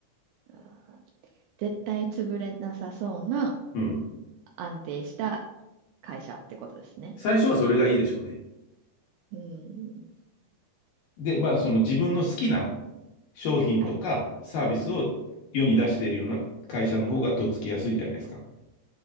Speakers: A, on the right; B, on the left.
A: あー絶対潰れなさそうな
B: うん。
A: 安定した会社ってことですね。
B: 最初はそれがいいでしょうね。
A: うん。
B: で、まあ、その自分の好きな商品とかサービスを世に出しているような会社の方がとっつきやすいんじゃないですか。
A: はい。